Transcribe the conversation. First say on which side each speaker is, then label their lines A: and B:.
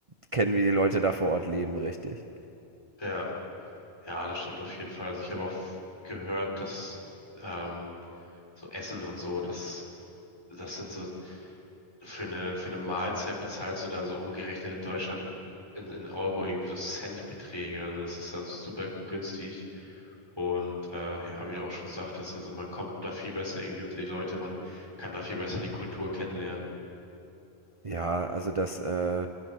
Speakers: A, on the right; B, on the left.
A: kennen, wie die Leute da vor Ort leben, richtig.
B: Ja, ja, das stimmt auf jeden Fall. Also ich habe auch f- gehört, dass ähm, so Essen und so, das, das sind so. für eine, für eine Mahlzeit bezahlst du da so umgerechnet in Deutschland in, in Euro irgendwie so Centbeträge. Also das ist da super günstig. Und äh, ja, wie du auch schon sagtest, also man kommt da viel besser irgendwie unter die Leute, man kann da viel besser die Kultur kennenlernen.
A: Ja, also das, äh,